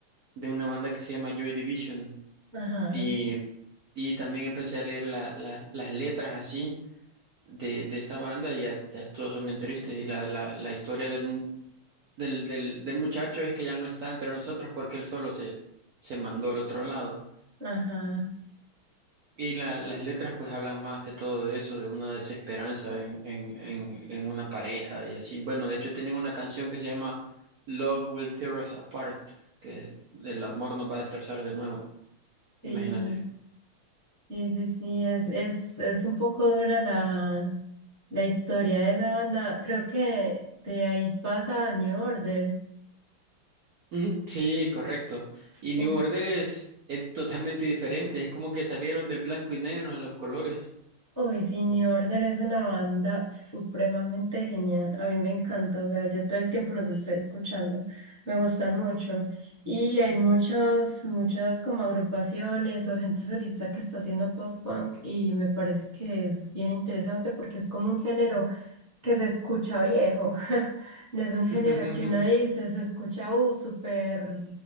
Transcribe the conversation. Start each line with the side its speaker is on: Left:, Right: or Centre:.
Right: de una banda que se llama Joy Division
Left: ajá,
Right: y, y también empecé a leer la- la- las letras así de, de esta banda y ya, ya todas son bien tristes y la, la, la historia del, mu- del, del, del muchacho es que ya no está entre nosotros porque él solo se, se mandó al otro lado.
Left: ajá,
Right: Y la- las letras pues hablan más que todo de eso, de una desesperanza en, en, en, en una pareja y así. Bueno, de hecho tienen una canción que se llama Love Will Tear Us Apart, que el amor nos va a destrozar de nuevo,
Left: sí,
Right: imagínate.
Left: sí, sí, sí, es, es, es un poco dura la, la historia de esa banda, creo que de ahí pasa a New Order.
Right: Ujú, Sí, correcto. Y
Left: Uf,
Right: New Order es, es totalmente diferente, es como que salieron del blanco y negro en los colores.
Left: Uy, sí, New Order es una banda supremamente genial. A mí me encanta, o sea, yo todo el tiempo los estoy escuchando. Me gustan mucho. Y hay muchas, muchas como agrupaciones o gente solista que está haciendo post-punk y me parece que es bien interesante porque es como un género que se escucha viejo. <laughs> No es un género
Right: <laughs>
Left: que uno dice, se escucha, uh, súper